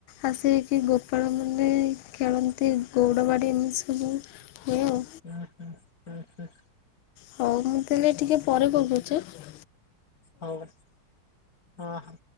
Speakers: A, on the left; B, on the left.
A: ଆସିକି ଗୋପାଳ ମାନେ ଖେଳନ୍ତି ଗୌଡ ବାଡ଼ି ଏମିତି ସବୁ। ହୁଏ ଆଉ।
B: ହୁଁ ହୁଁ ହୁଁ ହୁଁ।
A: ହଉ ମୁଁ ତାହାଲେ ଟିକେ ପରେ କଲ କରୁଛି ହା।
B: ହଉ ହଁ ହଁ।